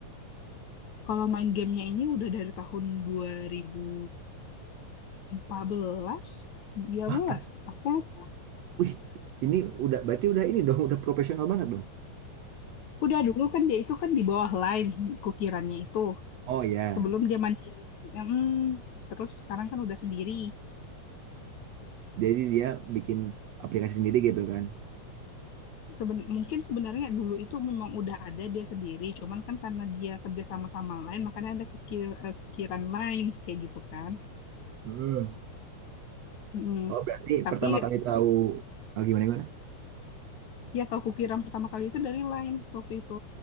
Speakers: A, on the left; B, on the right.
A: Kalau main gamenya ini udah dari tahun dua ribu empat belas, tiga
B: Wah,
A: belas,
B: Apa?
A: aku lupa.
B: Wih, ini udah berarti udah ini dong, udah profesional banget dong.
A: Udah dulu kan dia itu kan di bawah line kukirannya itu.
B: Oh ya,
A: Sebelum dia mandiri. Mm, terus sekarang kan udah sendiri.
B: jadi dia bikin aplikasi sendiri gitu kan.
A: Seben mungkin sebenarnya dulu itu memang udah ada dia sendiri, cuman kan karena dia kerja sama sama lain, makanya ada kukir, eh, kukiran lain kayak gitu kan.
B: Hmm.
A: Mm-mm.
B: Oh, berarti
A: Tapi
B: pertama kali tahu ah, gimana gimana?
A: ya tahu kukiran pertama kali itu dari lain waktu itu.